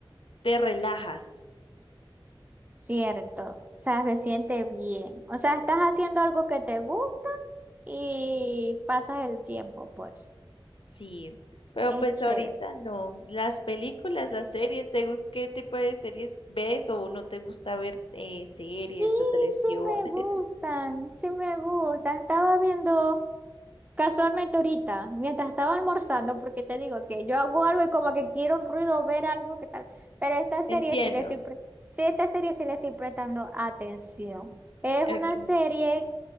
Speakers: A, on the left; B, on the right.
A: te relajas.
B: Cierto, o sea, se siente bien, o sea, estás haciendo algo que te gusta y pasas el tiempo, pues,
A: Sí, pero
B: es
A: pues
B: chévere.
A: ahorita no. Las películas, las series, ¿te gusta qué tipo de series ves o no te gusta ver eh, series
B: Sí,
A: o televisión?
B: sí me gustan,
A: <laughs>
B: sí me gustan, estaba viendo... Casualmente ahorita, mientras estaba almorzando, porque te digo que yo hago algo y como que quiero un ruido, ver algo, ¿qué tal? Pero esta serie
A: Entiendo.
B: sí le estoy, pre- sí, esta serie sí le estoy prestando atención. Es
A: Ok,
B: una serie